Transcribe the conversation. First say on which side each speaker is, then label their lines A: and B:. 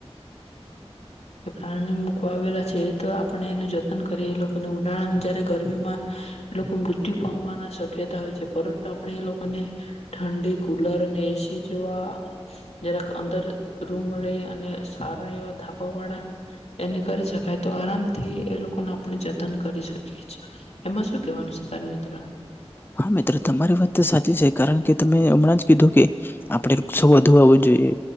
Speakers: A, on the left; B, on the left.
A: પ્રાણી મૂકવા આવેલા છે તો આપણે એનું જતન કરીએ એ લોકોને ઉનાળા જય્યારે ગરમીમાં એ લોકો મૃત્યુ પામવાની શક્યતા હોય છે પરંતુ આપણે એ લોકોને ઠંડી કુલર અને એસી જેવા જરાક અંદર રૂમ રે અને સારા એવાા વાડા એને કરી શકાય તો આરામ થી એ લોકોને આપણે જતન કરી શકીએ એમાં શું કેવાનું છે તાર મિત્ર
B: હા મિત્રો તમારી વાત તો સાચી છે કારણ કે તમે હમણાં જ કીધું કે આપડે વૃક્ષો વધુ આવો જોઈએ